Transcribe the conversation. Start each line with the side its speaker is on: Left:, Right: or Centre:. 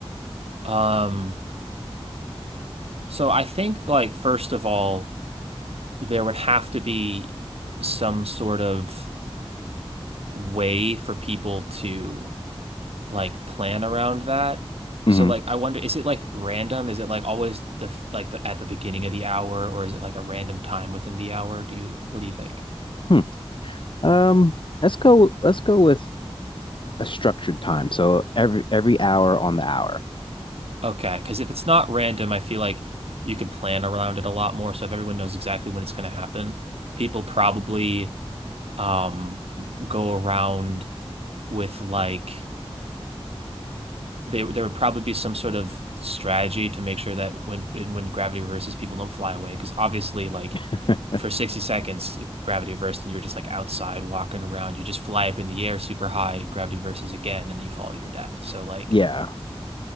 Right: Um, so I think like first of all, there would have to be some sort of way for people to like plan around that. So
Left: hmm
Right: like I wonder, is it like random? Is it like always the f- like the at the beginning of the hour, or is it like a random time within the hour? Do you what do you think?
Left: Hmm. Um, let's go let's go with a structured time. So every every hour on the hour.
Right: Okay, because if it's not random, I feel like you could plan around it a lot more. So if everyone knows exactly when it's going to happen, people probably um go around with like they there would probably be some sort of strategy to make sure that when when gravity reverses, people don't fly away. Because obviously, like
Left: <laughs>
Right: for 60 seconds, if gravity reversed and you're just like outside walking around, you just fly up in the air super high, gravity reverses again, and then you fall to your death. So like
Left: Yeah.